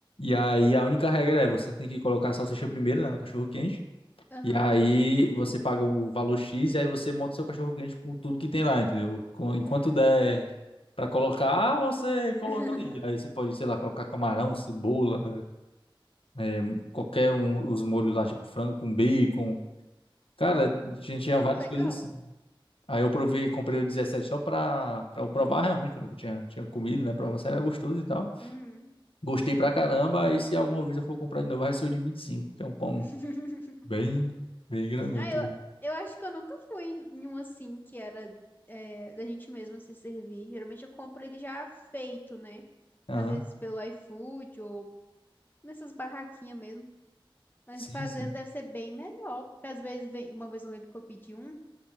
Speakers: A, on the left (about 85°); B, on the left (about 20°).
A: E aí a única regra é, você tem que colocar a salsicha primeiro, né, no cachorro-quente,
B: aham.
A: e aí você paga o valor X, e aí você monta o seu cachorro-quente com tudo que tem lá, entendeu? Com- Enquanto
B: Hum.
A: der Pra colocar, você coloca
B: <laughs>
A: ali. Aí você pode, sei lá, colocar camarão, cebola, é, é, qualquer um, os molhos lá, tipo frango com bacon. Cara, a gente tinha
B: Caramba,
A: várias
B: legal.
A: coisas assim. Aí eu provei, comprei o 17 só pra, pra eu provar realmente, porque eu nunca tinha, tinha comido, né? Provar se era gostoso e tal.
B: Uhum.
A: Gostei pra caramba. Aí se alguma vez eu for comprar de novo, vai ser o de 25 que é um pão
B: <laughs>
A: bem, bem grandão,
B: Ah,
A: tá
B: eu,
A: ligado?
B: eu acho que eu nunca fui em um assim que era é, da gente mesma se servir. Geralmente eu compro ele já feito, né?
A: Aham.
B: Às vezes pelo iFood ou nessas barraquinhas mesmo. Mas
A: Sim,
B: fazendo
A: sim.
B: deve ser bem melhor, porque às vezes vem, uma vez eu lembro que eu pedi um.